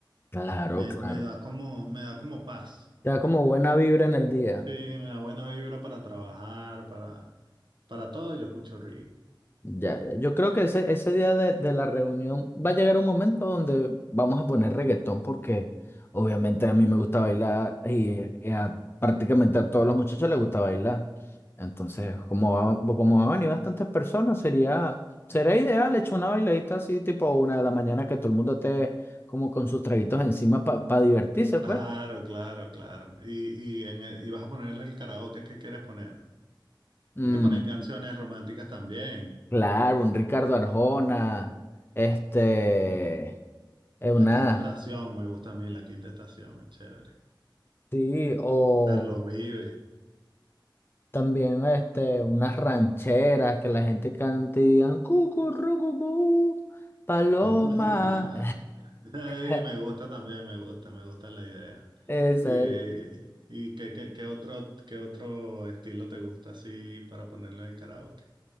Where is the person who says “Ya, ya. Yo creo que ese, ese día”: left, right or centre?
Left